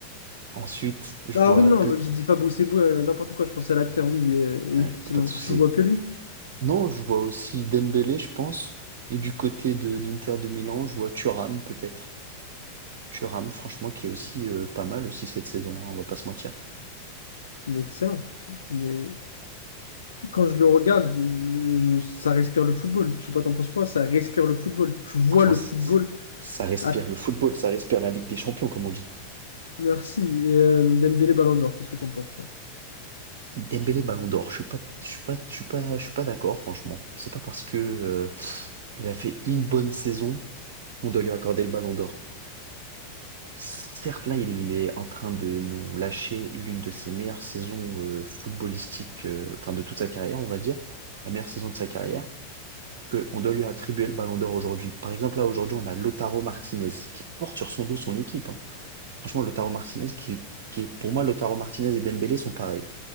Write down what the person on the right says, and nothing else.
Ensuite, je
vois
peut
hein,
pas de souci.
Non, je vois aussi Dembélé, je pense. Et du côté de l'Inter de Milan, je vois Thuram peut-être. Thuram, franchement, qui est aussi euh, pas mal aussi cette saison, hein, on va pas se mentir.
Franchement,
c'est-
c'est- ça respire
le football, ça respire la Ligue des Champions, comme on dit.
Dembélé Ballon d'Or, je suis pas, je suis pas, je suis pas, je suis pas d'accord, franchement. C'est pas parce que euh, il a fait une bonne saison qu'on doit lui accorder le Ballon d'Or. Certes, là, il est en train de nous lâcher l'une de ses meilleures saisons euh, footballistiques, euh, enfin de toute sa carrière, on va dire, la meilleure saison de sa carrière, que on doit lui attribuer le Ballon d'Or aujourd'hui. Par exemple, là, aujourd'hui, on a Lautaro Martinez qui porte sur son dos son équipe. hein. Franchement, Lautaro Martinez, qui, qui est, pour moi, Lautaro Martinez et Dembélé sont pareils.